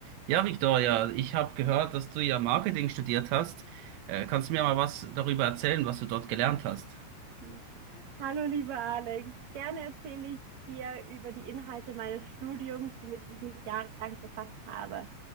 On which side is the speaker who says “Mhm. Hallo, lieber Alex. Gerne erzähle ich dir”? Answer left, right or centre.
Right